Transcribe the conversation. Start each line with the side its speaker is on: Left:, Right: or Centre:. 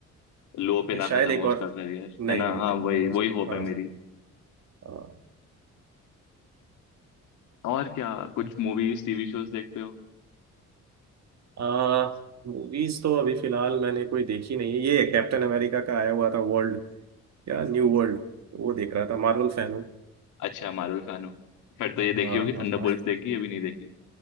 Left: लो पे
Right: नहीं
Left: ना
Right: शायद
Left: खत्म
Right: एक
Left: हो
Right: और
Left: उसका करियर
Right: नहीं
Left: है ना
Right: नहीं
Left: हाँ
Right: नहीं
Left: वही
Right: नहीं
Left: वही होप
Right: हाँ
Left: है मेरी
Right: हाँ
Left: और क्या कुछ मूवीज टीवी शोज देखते हो
Right: आ, मूवीज तो अभी फिलहाल मैंने कोई देखी नहीं है ये कैप्टन अमेरिका का आया हुआ था वर्ल्ड या न्यू वर्ल्ड वो देख रहा था मार्वल फैन हूँ
Left: अच्छा मार्वल फैन हो फिर तो ये
Right: हाँ
Left: देखी होगी
Right: हाँ
Left: थंडरबोल्ट्स
Right: हाँ
Left: देखी अभी नहीं देखी